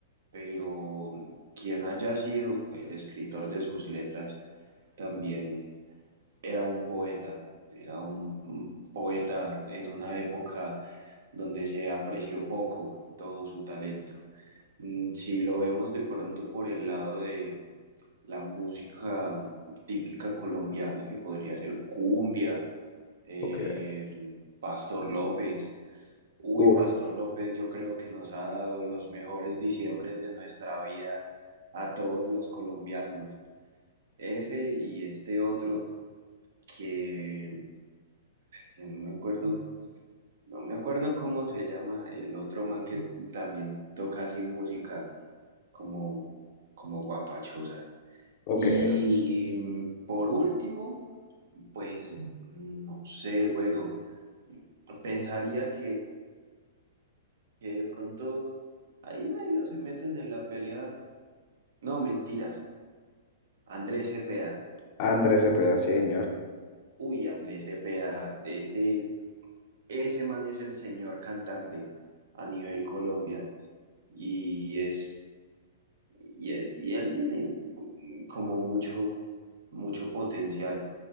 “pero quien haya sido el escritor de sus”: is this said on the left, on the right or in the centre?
Right